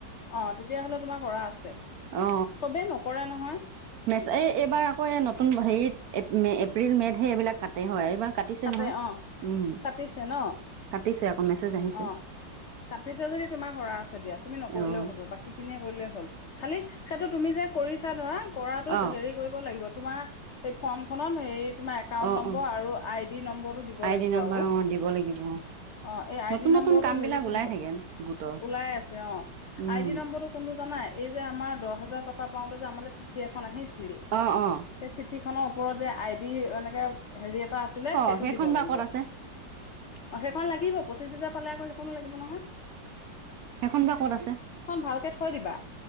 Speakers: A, on the left (about 80°); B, on the right (about 65°).
A: অ' তেতিয়াহ'লে তোমাৰ কৰা আছে
B: অ'।
A: চবেই নক কৰে নহয়।
B: এই এইবাৰ আকৌ এই নতুন হেৰিত এপ মে, এপ্ৰিল মেতহে এইবিলাক কাটেই হয়। এইবাৰ কাটিছে
A: কাটে
B: নহয়।
A: অ',
B: উম,
A: কাটিছে ন'।
B: কাটিছে আকৌ মেছেজ আহিছে
A: অ', কাটিছে যদি তোমাৰ কৰা আছে দিয়া, তুমি নকৰিলেও
B: অ',
A: হ'ব। বাকীখিনিয়ে কৰিলেই হ'ল। খালি সেইটো তুমি যে কৰিছা ধৰা কৰাটোত
B: অ',
A: হেৰি কৰিব লাগিব তোমাৰ এই ফাৰ্মখনত সেই তোমাৰ একাউণ্ট
B: অ',
A: নম্বৰ
B: অ'।
A: আৰু আই নম্বৰটো দিব
B: আই
A: লাগিব
B: ডি নাম্বাৰ
A: আৰু
B: অ', দিব লাগিব অ'।
A: অ' এই আই
B: নতুন
A: ডি নম্বৰটো
B: নতুন কাম
A: হেৰিটো
B: বিলাক ওলাই
A: দিব,
B: থাকে গোটৰ
A: উলাই আছে অ'।
B: উম
A: আই ডি নম্বৰটো কোনটো জানা, এইযে আমাৰ দহ হাজা টকা পাওতে যে আমালে চিঠি এখন আহিছিল ছিল,
B: অ অ
A: এই চিঠি খনৰ ওপৰত যে আই ডি এনেকে হেৰি এটা আছে
B: অ
A: সেটো
B: সেইখন
A: দিব
B: বা
A: লাগিব।
B: ক'ত আছে
A: অ' সেইখন লাগিবই পচিশ হাজাৰ প পালে আকৌ সেইখনো লাগিব নহয়।
B: সেইখন বা ক'ত আছে
A: সেইখন ভালকে থৈ দিবা,